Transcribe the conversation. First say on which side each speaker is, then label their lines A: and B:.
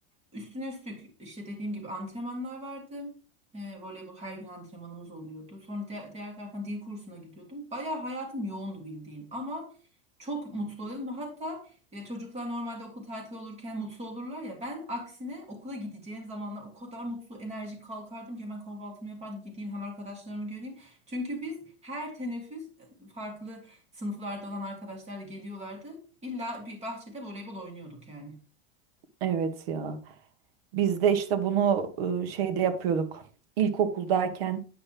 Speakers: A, on the right; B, on the right.
A: Üstüne üstlük işte dediğim gibi antrenmanlar vardı. E, voleybol her gün antrenmanımız oluyordu. Sonra di- diğer taraftan dil kursuna gidiyordum. Bayağı hayatım yoğundu bildiğin ama çok mutlu oluyorum. Hatta ya çocuklar normalde okul tatili olurken mutlu olurlar ya. Ben aksine okula gideceğim zamanlar o kadar mutlu, enerjik kalkardım ki hemen kahvaltımı yapardım. Gideyim hem arkadaşlarımı göreyim. Çünkü biz her teneffüs e, farklı sınıflarda olan arkadaşlar da geliyorlardı. İlla bir bahçede voleybol oynuyorduk yani.
B: Evet ya. Biz de işte bunu e, şeyde yapıyorduk. İlkokuldayken